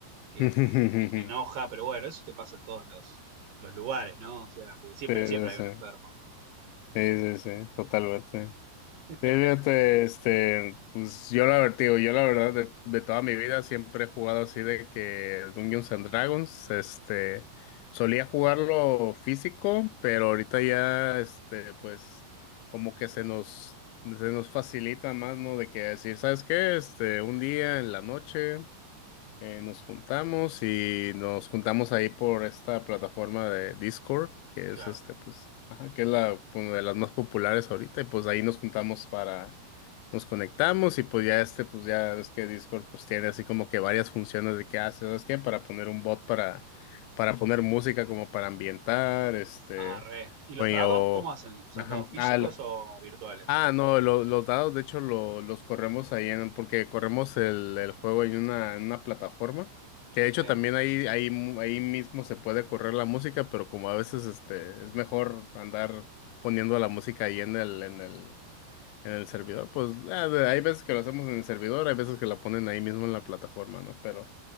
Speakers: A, on the right (about 65°); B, on the left (about 90°).
A: que,
B: <laughs>
A: que- que se
B: Sí,
A: enoja, pero bueno, eso te pasa en todos los, los lugares, ¿no? O sea, porque siempre,
B: sí,
A: pero siempre
B: sí,
A: hay un enfermo.
B: sí, sí, sí, totalmente.
A: <laughs>
B: Sí, fíjate, este, pues yo la verdad, digo, yo la verdad de, de toda mi vida siempre he jugado así de que Dungeons and Dragons, este, solía jugarlo físico, pero ahorita ya, este, pues como que se nos, se nos facilita más, ¿no? De que decir, ¿sabes qué? Este, un día en la noche. Eh, nos juntamos y nos juntamos ahí por esta plataforma de Discord, que
A: Claro.
B: es este, pues, ajá, que es la, una de las más populares ahorita, y pues ahí nos juntamos para, nos conectamos y pues ya este, pues ya ves que Discord pues tiene así como que varias funciones de qué hace, ¿sabes qué? Para poner un bot para, para poner música como para ambientar, este,
A: Ah, re. ¿Y los
B: oye,
A: dados
B: o,
A: cómo hacen? ¿Usan
B: ajá,
A: dados físicos
B: ah, la-
A: o virtuales?
B: Ah, no, lo- los dados de hecho lo- los corremos ahí en, porque corremos el, el juego en una, en una plataforma, que de
A: Sí,
B: hecho también ahí, ahí, mu- ahí mismo se puede correr la música, pero como a veces este, es mejor andar poniendo la música ahí en el, en el, en el servidor, pues ah, de- hay veces que lo hacemos en el servidor, hay veces que la ponen ahí mismo en la plataforma, ¿no? Pero,